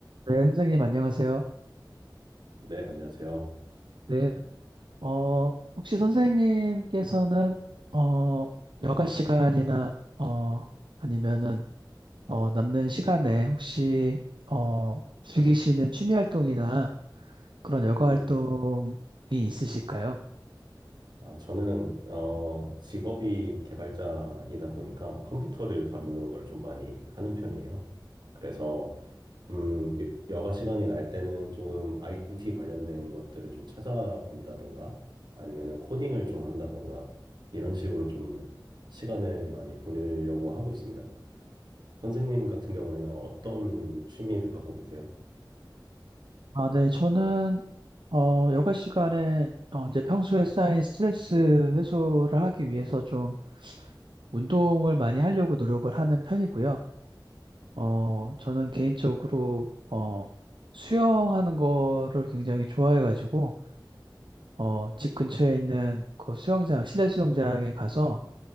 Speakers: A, on the right; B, on the right.
A: 네, 선생님 안녕하세요.
B: 네, 안녕하세요.
A: 네. 어, 혹시 선생님께서는 어, 여가 시간이나 어, 아니면은 어, 남는 시간에 혹시 어, 즐기시는 취미 활동이나 그런 여가
B: 네네.
A: 활동이 있으실까요?
B: 아, 저는 어, 직업이 개발자이다 보니까 컴퓨터를 다루는 걸 좀 많이 하는 편이에요. 그래서 음, 여- 여가 시간이 날 때는 조금 IT 관련된 것들을 좀 찾아본다던가 아니면은 코딩을 좀 한다던가 이런 식으로 좀 시간을 많이 보내려고 하고 있습니다. 선생님 같은 경우에는 어떤 취미를 갖고 계세요?
A: 아, 네, 저는 어, 여가 시간에 어, 이제 평소에 쌓인 스트레스 해소를 하기 위해서 좀 운동을 많이 하려고 노력을 하는 편이고요. 어, 저는 개인적으로, 어, 수영하는 거를 굉장히 좋아해가지고, 어, 집 근처에 있는 그 수영장, 실내 수영장에 가서